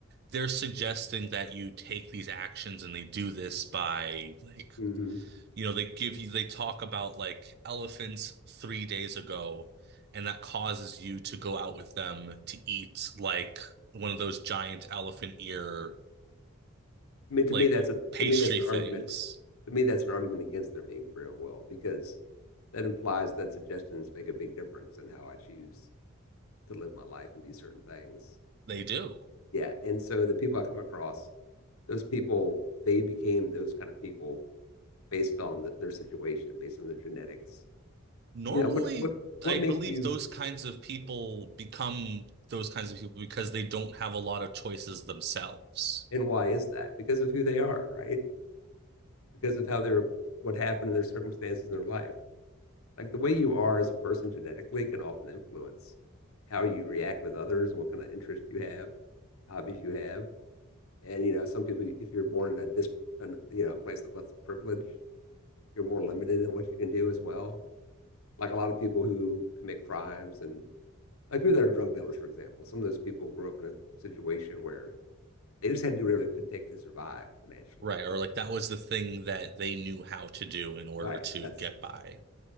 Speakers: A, on the right; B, on the left.
A: they're suggesting that you take these actions and they do this by like
B: Mm-hmm.
A: you know they give you they talk about like elephants three days ago and that causes you to go out with them to eat like one of those giant elephant ear
B: i mean to
A: like
B: me that's a
A: pastry
B: to me that's an
A: things.
B: argument to me that's an argument against there being free will because that implies that suggestions make a big difference in how i choose to live my life and do certain things
A: They do.
B: yeah and so the people i come across those people they became those kind of people based on the, their situation, based on their genetics.
A: Normally,
B: You know, what what what
A: I
B: makes
A: believe
B: you
A: those kinds of people become those kinds of people because they don't have a lot of choices themselves.
B: and why is that? Because of who they are, right? Because of how they're what happened in their circumstances in their life. Like the way you are as a person genetically can often influence how you react with others and what kind of interest you have, hobbies you have. And you know, some people, if you're born in a dis, an, you know, a place of less privilege, you're more limited in what you can do as well. Like a lot of people who commit crimes and like people that are drug dealers, for example, some of those people grew up in a situation where they just had to do whatever they could take to survive financially,
A: Right.
B: right?
A: Or like that was the thing that they knew how to do in order
B: Right.
A: to
B: That's
A: get by.
B: yeah,